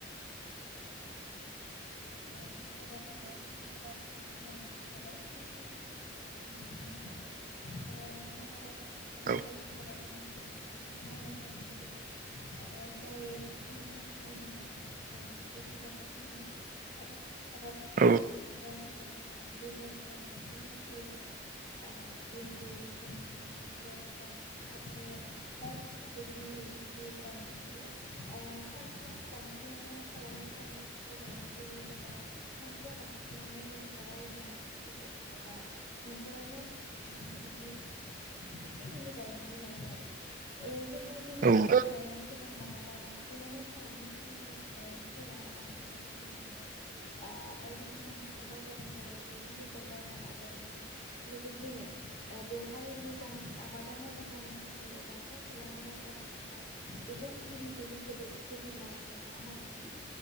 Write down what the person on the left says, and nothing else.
<inaudible> <inaudible>
<inaudible> दैज्लां समाव जोंना ओ उफेरा आबाद मावो दा उफेरा आबाद बे बुंनो
थांङोबा जोङा ओ दैज्लां समाव बांसिनानो जेरैहाय आ भिन्दि जिंखा लेस्रा फाथो बायदिसिना बिदनि मैगंखौ गायनाय जायो आ खायसेया बांसिनानो फालांगि खालामनो थाखाय गायनाय जायो एबा खायसेया बांसिनानो नखराव जानो थाखायबो एबा नखरावनो उम बिदि एसे एनै गायनानै लायो आरो ओ जेब्ला जोङो
बिदि गायनाय समाव मालाबा बांसिनानो फालांगि खालामनाय गायनायफोरा बांसिनानो जेरैहाय आ बायदिसिना हाथाइ बाजारनिफ्राय मैगं बेगर बायना लाबोनानै लोगोसेनो ओ बेवहाय मोजां आबादा मोजां जानायनि थाखाय खाय एबा फसला मोजां बानायनि थाखाय बेखौ उदैनि बेनो जोबोद जोथोन लानांगौ नङा होमबा नोंथां